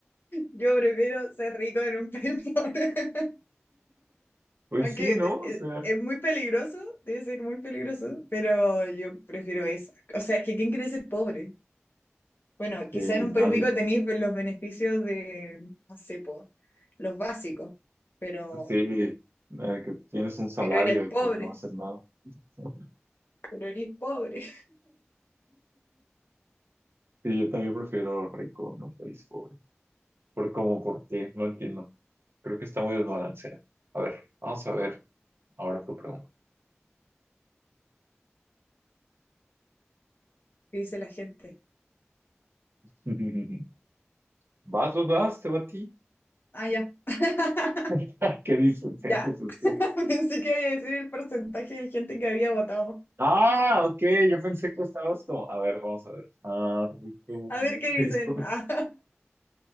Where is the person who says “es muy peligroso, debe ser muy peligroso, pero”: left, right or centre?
Left